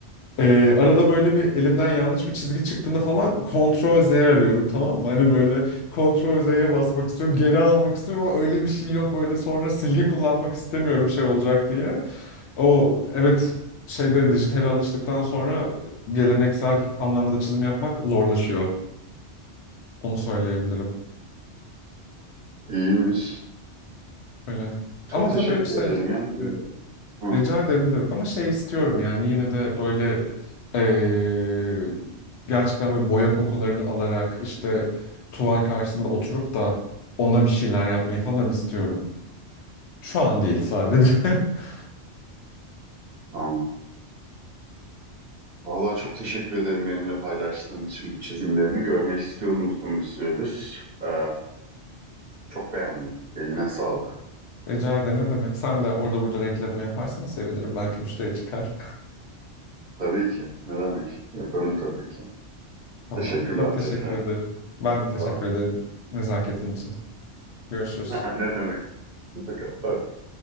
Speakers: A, on the left (about 75°); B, on the right (about 45°).
A: E, arada böyle bir elimden yanlış bir çizgi çıktığında falan Ctrl Z arıyorum tamam mı? Hani böyle Ctrl Z'ye basmak istiyorum, geri almak istiyorum ama öyle bir şey yok böyle sonra silgi kullanmak istemiyorum şey olacak diye. O evet şeyde dijitale alıştıktan sonra geleneksel anlamda çizim yapmak zorlaşıyor. Onu söyleyebilirim.
B: İyiymiş.
A: Öyle.
B: Çok
A: Ama tabii
B: teşekkür
A: şey
B: ederim ya.
A: e,
B: Hı,
A: Rica ederim ne demek ama şey istiyorum yani yine de böyle eee, gerçekten böyle boya kokularını alarak işte tuval karşısında oturup da onunla bir şeyler yapmayı falan istiyorum. Şu an değil sadece. <laughs>
B: tamam. Vallahi çok teşekkür ederim benimle paylaştığın için bu çizimlerini. Görmek istiyordum uzun bir süredir. Ee, çok beğendim. Eline sağlık.
A: Rica ederim ne demek. Sen de orada burada reklamı yaparsan sevinirim. Belki müşteri çıkar.
B: Tabii ki. Ne demek? Yaparım tabii ki.
A: <laughs> Tamamdır.
B: Teşekkürler
A: Çok teşekkür
B: tekrar.
A: ederim. Ben de teşekkür
B: Tamam.
A: ederim nezaketin için. Görüşürüz.
B: <laughs> Ne demek? Hoşça kal. Bay bay.